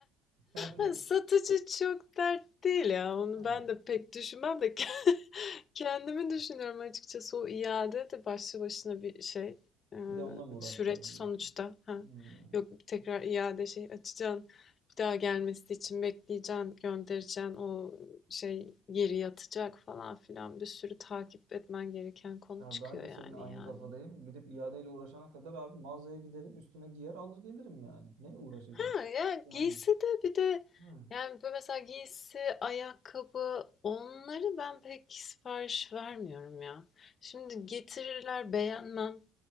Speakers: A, on the right; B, on the left.
A: Yani
B: Ha, satıcı çok dert değil ya. Onu
A: ha,
B: ben de pek düşünmem de <laughs> kendimi düşünüyorum açıkçası. O iade de başlı başına bir şey, eee,
A: bir de onunla mı uğraşacağız
B: süreç sonuçta.
A: diyorsun?
B: Ha,
A: Hmm.
B: yok tekrar iade şey açacaksın, bir daha gelmesi için bekleyeceksin, göndereceksin, o şey geri yatacak falan filan bir sürü takip etmen gereken konu
A: Ya
B: çıkıyor
A: ben de
B: yani
A: senin aynı
B: yani.
A: kafadayım. Gidip iadeyle uğraşana kadar abi mağazaya giderim, üstüme giyer, alır gelirim yani. Ne uğraşacağım?
B: Ha, yani
A: Yani
B: giysi de bir de
A: hı,
B: yani böyle mesela giysi, ayakkabı onları ben pek sipariş vermiyorum ya. Şimdi getirirler beğenmem.